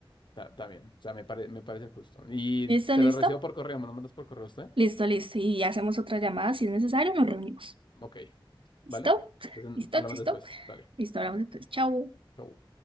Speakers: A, on the left (about 60°); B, on the right (about 75°).
A: Está, está bien, o sea, me, pare- me parece justo. Y
B: ¿Listo,
A: te
B: listo?
A: lo recibo por correo, ¿me lo mandas por correo usted?
B: Listo, listo. Y hacemos otra llamada si es necesario, nos reunimos.
A: Ok,
B: ¿Listo?
A: ¿vale? Entonces,
B: ¿Listo?
A: hablamos
B: ¿Listo?
A: después. Dale.
B: Listo, hablamos entonces. Chao.
A: Chau.